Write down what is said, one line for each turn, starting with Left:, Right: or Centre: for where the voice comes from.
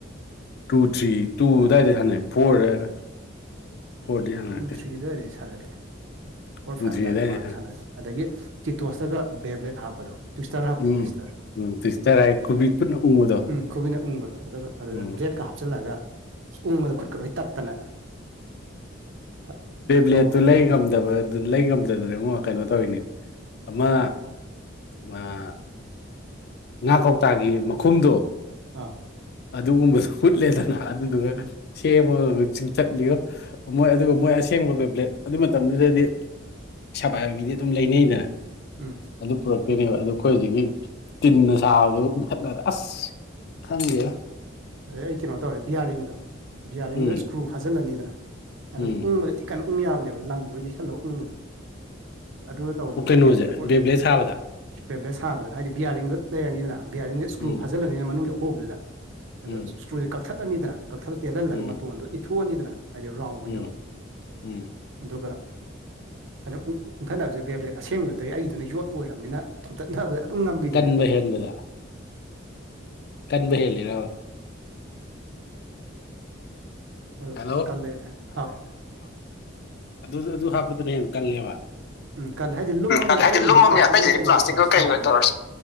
Left: two three two ꯑꯗꯨꯋꯥꯏꯗ ꯁꯥꯟꯅꯩ ꯐꯣꯔꯗ ꯐꯣꯔꯗꯤ ꯁꯥꯟꯅꯔꯛꯇꯦ
Right: ꯇꯨ ꯊ꯭ꯔꯤꯗꯔꯦ ꯁꯥꯔꯥꯗꯤ ꯐꯣꯔ
Left: ꯇꯨ
Right: ꯐꯥꯏꯚ
Left: ꯊ꯭ꯔꯤ
Right: ꯑꯗꯨꯋꯥꯏꯗꯣ
Left: ꯑꯗꯨꯋꯥꯏꯗ
Right: ꯃꯥꯗ
Left: ꯁꯥꯟꯅꯩ
Right: ꯁꯥꯟꯅꯔꯦ ꯑꯗꯒꯤ ꯆꯤꯇꯣꯁꯇꯒ ꯕꯦꯕ꯭ꯂꯦꯠ ꯍꯥꯞꯄꯗꯣ꯫ ꯇꯨꯏꯁ ꯇꯇꯥꯔ ꯍꯥꯞ꯭ꯔꯣ
Left: ꯎꯝ
Right: ꯇꯨꯏꯁꯇꯔ꯫
Left: ꯎꯝ ꯇ꯭ꯋꯤꯁꯇꯔ ꯍꯥꯏ ꯈꯨꯕꯤ ꯈꯨꯠꯅ ꯎꯪꯕꯗꯣ
Right: ꯎꯝ ꯈꯨꯕꯤꯅ ꯎꯪꯕꯗꯣ ꯑꯗꯨꯒ ꯑꯗꯨꯗ
Left: ꯎꯝ
Right: ꯕ꯭ꯂꯦꯗꯀ ꯍꯥꯞꯆꯤꯜꯂꯒ꯫ ꯎꯕꯗ ꯈꯨꯠꯀ ꯂꯣꯏ ꯇꯠꯇꯅ꯫ ꯊ
Left: ꯕꯦꯕ꯭ꯂꯦꯠꯇꯨ
Right: ꯊꯧꯅꯕꯅꯤ
Left: ꯂꯩ ꯉꯝꯗꯕ
Right: ꯀꯥꯏꯅ
Left: ꯑꯗꯨ ꯂꯩ ꯉꯝꯗꯗꯅꯉꯣ ꯀꯩꯅꯣ ꯇꯧꯔꯤꯅꯤ ꯑꯃ ꯑꯥ ꯉꯥ ꯀꯧꯇꯥꯒꯤ ꯃꯈꯨꯝꯗꯣ꯫
Right: ꯑꯧ꯫
Left: ꯑꯗꯨꯒꯨꯝꯕꯗꯨꯁꯨ ꯎꯠꯂꯦꯗꯅ ꯑꯗꯨꯗꯨꯒ
Right: ꯎꯝ
Left: ꯁꯦꯝꯃꯒ ꯆꯤꯡ ꯆꯤꯡꯊꯥꯠꯂꯤꯉꯣ ꯃꯣꯏ ꯑꯗꯨ ꯑꯁꯦꯡꯕ ꯄꯦꯕ꯭ꯂꯦꯠ ꯑꯗꯨ ꯃꯇꯝꯗꯨꯗꯗꯤ꯫ ꯄꯩꯁꯥ ꯄꯥꯏꯕ ꯅꯤꯗꯤ ꯑꯗꯨꯝ ꯂꯩꯅꯩꯗꯅ꯫
Right: ꯎꯝ꯫
Left: ꯑꯗꯨ ꯄꯨꯔꯛꯇꯣꯏꯅꯦꯕ ꯑꯗꯨ ꯑꯩꯈꯣꯏ ꯍꯧꯖꯤꯛꯀꯤ ꯇꯤꯟꯅ ꯁꯥꯕꯗꯨ ꯎꯟꯊꯠꯅꯕꯗ ꯑꯁ꯫ ꯈꯪꯗꯦꯗ꯫
Right: ꯑꯗꯩ ꯑꯩ ꯀꯩꯅꯣ ꯇꯧꯔꯦ ꯕꯤꯌꯥꯔꯤꯡꯗꯣ ꯕꯤꯌꯥꯔꯤꯡꯗꯣ
Left: ꯎꯝ
Right: ꯏꯁꯀ꯭ꯔꯨ ꯐꯥꯖꯤꯜꯂꯅꯤꯗꯅ ꯑꯗꯨꯒ
Left: ꯎꯝ
Right: ꯎꯪꯕꯗ ꯇꯤꯛ ꯀꯩꯅꯣ ꯎꯪ ꯌꯥꯕꯅꯦꯕ ꯂꯪꯗꯨꯔ ꯌꯦꯁꯜꯂꯒ ꯎꯪꯕꯗꯣ ꯑꯁ ꯑꯗꯨꯅ ꯇꯧꯕꯗ
Left: ꯑꯣ ꯀꯩꯅꯣꯁꯦ
Right: ꯃꯣꯏ ꯕꯦꯕ꯭ꯂꯦꯠ ꯎꯔꯛ
Left: ꯁꯥꯕꯗ
Right: ꯄꯦꯕ꯭ꯂꯦꯠ ꯁꯥꯕꯗ ꯍꯥꯏꯗꯤ ꯕꯤꯌꯥꯔꯤꯡꯗꯣ ꯂꯩꯔꯅꯤꯗꯅ ꯕꯤꯌꯥꯔꯤꯡꯗ ꯏꯁꯀ꯭ꯔꯨ
Left: ꯎꯝ
Right: ꯐꯥꯖꯤꯜꯂꯅꯤꯅ ꯃꯅꯨꯡꯒꯤ ꯑꯍꯣꯕꯗꯨꯗ꯫ ꯑꯗꯣ
Left: ꯎꯝ
Right: ꯏꯁꯇ꯭ꯔꯨꯁꯦ ꯀꯛꯊꯠꯂꯅꯤꯗꯅ ꯀꯛꯊꯠ ꯇꯦꯜꯍꯜꯂꯒ
Left: ꯎꯝ
Right: ꯃꯇꯣꯟꯗꯣ ꯏꯊꯣꯛꯑꯅꯤꯗꯅ꯫ ꯍꯥꯏꯗꯤ ꯔꯥꯎꯟ ꯑꯣꯏꯅꯕ꯫
Left: ꯎꯝ ꯎꯝ
Right: ꯑꯗꯨꯒ ꯑꯗ ꯎꯟꯊꯅꯕꯁꯦ ꯕꯦꯕ꯭ꯂꯦꯠ ꯑꯁꯦꯡꯕꯗꯨꯗꯩ ꯑꯩꯒꯤꯗꯨꯅ ꯌꯣꯠ ꯑꯣꯏꯔꯝꯅꯤꯅ꯫ ꯊꯣꯝꯇꯠꯅꯕꯑꯗꯨꯝ ꯉꯝꯕꯤꯗꯨꯅꯦꯕ
Left: ꯀꯟꯕ ꯍꯦꯟꯕꯗ
Right: ꯑꯩꯒꯤꯗꯨꯅ ꯑꯗꯨꯝ꯫
Left: ꯀꯟꯕ ꯍꯦꯜꯂꯤꯔꯕ꯫
Right: ꯑꯗꯨ
Left: ꯍꯂꯣ
Right: ꯀꯜꯂꯦ ꯑꯥꯎ
Left: ꯑꯗꯨ ꯑꯗꯨ ꯍꯥꯞꯄꯗꯨꯅ ꯍꯦꯟꯅ ꯀꯜꯂꯦꯕ꯫
Right: ꯎꯝ ꯈꯜꯂ ꯍꯥꯏꯗꯤ ꯂꯨꯝ
Left: ꯎꯝ
Right: ꯑ
Left: ꯀꯜꯂꯦ
Right: ꯑꯇꯩꯗꯨꯗꯤ
Left: ꯍꯥꯏꯗꯤ ꯂꯨꯝꯃꯝꯅꯦ
Right: ꯄ꯭ꯂꯥꯁꯇꯤꯛ
Left: ꯑꯇꯩꯗꯗꯤ
Right: ꯑꯣꯏꯣꯏ ꯀꯩꯒ
Left: ꯄ꯭ꯂꯥꯁꯇꯤꯛꯀ
Right: ꯇꯧꯔ ꯁꯥꯕꯅꯤꯅ꯫
Left: ꯀꯩ ꯑꯣꯏ ꯇꯧꯔ